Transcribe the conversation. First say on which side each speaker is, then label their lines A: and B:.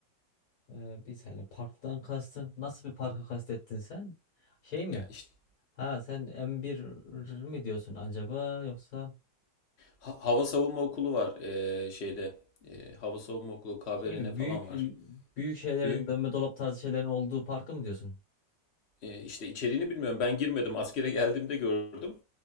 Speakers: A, on the left (about 55°); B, on the left (about 70°).
A: Ee, biz hani parktan kastın. Nasıl bir parkı kastettin sen? Şey mi?
B: Ya işte
A: Ha sen M1 mi diyorsun acaba yoksa
B: ha- hava savunma okulu var e, şeyde. E, hava savunma okulu KBRN
A: şey mi?
B: falan
A: Büyük
B: var.
A: büyük şeylerin
B: Büyük
A: dönme dolap tarzı şeylerin olduğu parkı mı diyorsun?
B: e, işte içeriğini bilmiyorum. Ben girmedim. Askere geldiğimde gördüm.